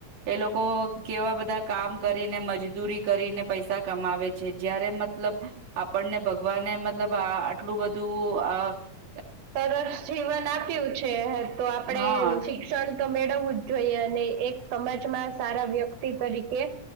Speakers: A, on the right; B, on the right.
A: એ લોકો કેવા બધા, કામ કરીને મજદૂરી કરીને પૈસા કમાવે છે, જયારે મતલબ આપણને ભગવાને મતલબ આટલું બધું અ
B: સરસ જીવન આપ્યું છે, તો આપણે
A: હા
B: શિક્ષણ મેળવવું જ જોઈએ અને એક સમાજમાં સારા વ્યક્તિ તરીકે